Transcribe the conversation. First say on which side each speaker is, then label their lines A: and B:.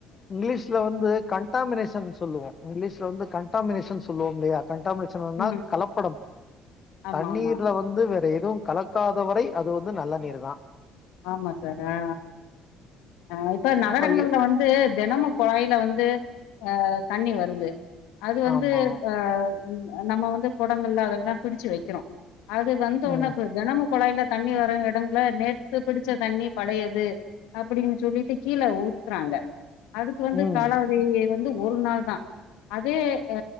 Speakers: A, on the left; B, on the left.
A: இங்லீஷ்ல வந்து கன்டாமினேஷன்னு சொல்லுவோ இங்லீஷ்ல வந்து கன்டாமினேஷன் சொல்லுவோம் இல்லயா கன்டாமினேஷன்னா
B: ம்
A: கலப்படம்
B: ஆமா
A: தண்ணீர்ல
B: ஆமா
A: வந்து வேற எதுவு கலக்காதவரை அது வந்து நல்ல நீர் தா
B: ஆமா சார் ஆ ஆ அ இப்ப நகரங்கள்ல
A: அப்ப எ-
B: வந்து தெனமு குழாய்ல வந்து அ தண்ணி வருது அது வந்து
A: ஆமா
B: அ நம்ம வந்து குடங்கள்ல அதல்லா பிடிச்சு வக்கிறோ அது வந்த
A: ம்
B: ஒன்னே தெனமு குழாய்ல தண்ணி வரு எடங்கல நே த்து பிடிச்ச தண்ணி பழையது அப்டின்னு சொல்லிட்டு கீழ ஊ த்துறாங்க அதுக்கு வந்து
A: ம் ம்
B: காலாவதி வந்து ஒரு நாள் தா அதே அ